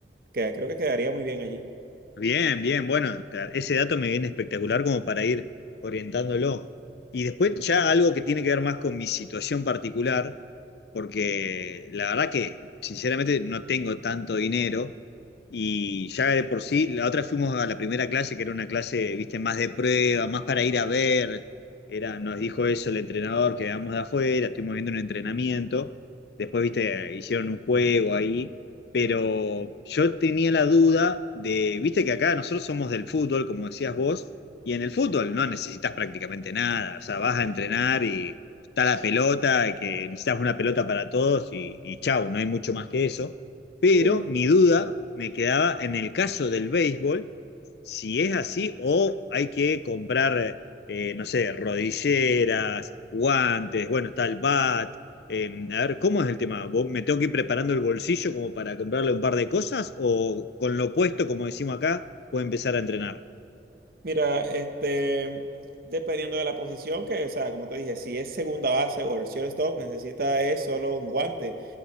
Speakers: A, on the right (about 55°); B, on the left (about 65°).
A: que creo que quedaría muy bien allí.
B: Bien, bien, bueno, ta- ese dato me viene espectacular como para ir orientándolo. Y después ya algo que tiene que ver más con mi situación particular, porque la verdad que sinceramente no tengo tanto dinero y ya de por sí, la otra fuimos a la primera clase, que era una clase, viste, más de prueba, más para ir a ver, era, nos dijo eso el entrenador, que vamos de afuera, estuvimos viendo un entrenamiento, después, viste, hicieron un juego ahí pero yo tenía la duda de, viste que acá nosotros somos del fútbol, como decías vos, y en el fútbol no necesitas prácticamente nada, o sea, vas a entrenar y está la pelota, y que necesitas una pelota para todos y, y chau, no hay mucho más que eso. Pero
A: Sí.
B: mi duda me quedaba en el caso del béisbol, si es así o hay que comprar, eh, no sé, rodilleras, guantes, bueno, está el bat. Eh, a ver, ¿cómo es el tema? ¿Vos- ¿Me tengo que ir preparando el bolsillo como para comprarle un par de cosas? ¿O con lo puesto, como decimos acá, puedo empezar a entrenar?
A: Mira, este, dependiendo de la posición, que, o sea, como te dije, si es segunda base o el shortstop, necesita es solo un guante